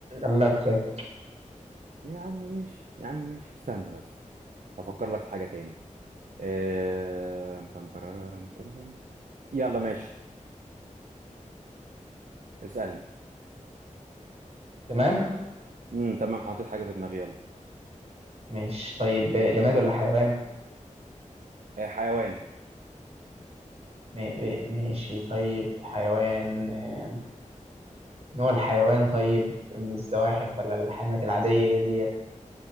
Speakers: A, on the right; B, on the right.
A: غلبتك
B: يا عم ماشي يا عم ماشي استنى بس أفكر لك في حاجة تاني آه، بام برارارام بام بام. يلا ماشي اسألني
A: تمام
B: امم تمام حاطط حاجة في دماغي يلا
A: ماشي طيب جماد ولا حيوان
B: آه، حيوان
A: م- ماشي طيب حيوان آه، نوع الحيوان طيب من الزواحف ولا الحيوانات العادية دي